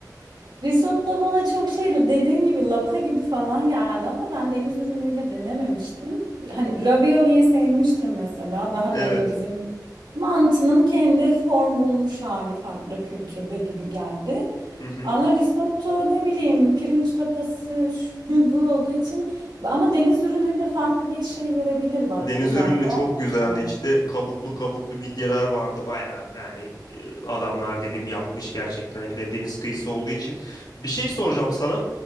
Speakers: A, on the right; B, on the left.
A: Risotto bana çok şey dediğin gibi lapa gibi falan geldi ama ben deniz ürünüyle denememiştim. Hani ravioliyi sevmiştim mesela. Daha
B: Evet.
A: böyle bizim Mantının kendi form bulmuş hali farklı kültürde gibi geldi.
B: Hı hı.
A: Ama risotto ne bileyim pirinç lapası şu <laughs> bu olduğu için ama deniz ürünüyle farklı bir şey verebilir bak
B: Deniz
A: yani
B: ürünü de
A: ben
B: çok güzeldi.
A: o zaman.
B: İşte kabuklu kabuklu midyeler vardı. Bayağı yani e, adamlar dedim yapmış gerçekten. Bir de deniz kıyısı olduğu için. Bir şey soracağım sana.